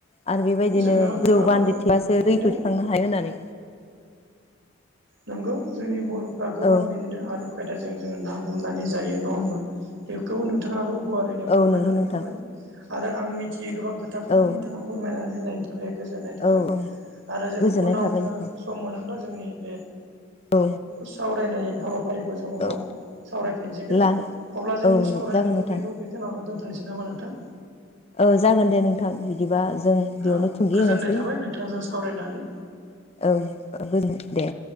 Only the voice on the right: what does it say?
जोङो
ओ बिदिनो
नोंगौ जोंनि बर'फ्रा
गोबां बिदिनो आदब खायदाजों जोङो ना हमनानै जायो नङा होमबा? बेखौ नोंथाङाबो गुवारैनो फोरमायनानै
होबाय आरो आं मिथियोै गोबां खोथाखौबो
नोंथाङा फोरमायनानै होनायनि थाखाय गोजोननाय थाबाय
आरो जों
उनाव
जोङो
सम मोनोब्ला जोंनि बे
सावरायनाय हाबाफारि खौ जों उनाव
सावरायफिनसिगोन
अब्ला जोंनि
सावरायनायाथ'
बेखौ बेयावनो दोनथ'सै नामा नोंथां?
औ
गोजोननाय
थाबाय नोंथांजों सावरायनानै